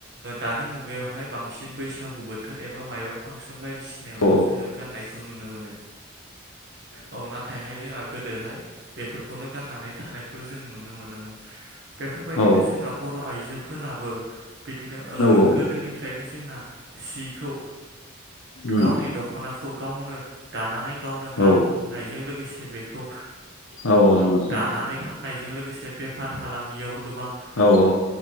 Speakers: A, on the right; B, on the left.
A: दानि मुगायावहाय बांसिन बैसागु बो बोथोर एबा मायबा फांसन बायदिसिनायावल'
B: औ
A: जोङो गान्नायखौ नुनो मोनो। औ नाथायहाय जोंहा गोदोहाय बेफोरखौनो गाननानै थानायखौ जों नुनो मोनो। मोनोमोन बेफोरबायदिनो
B: औ
A: जोंना बर' आइजोफोराबो बिदिनो
B: औ औ
A: गोदोनिफ्रायनो ज जोंना सिखौ
B: उम
A: गावनि दख'नाखौ गावनो दानानै गावनो गाननायजों
B: औ
A: लोगोसे बेखौ
B: औ औ नोंथां
A: दानानै फाननाय बेजों लोगोसे बेफार फालांगियावबो गोबां
B: औ औ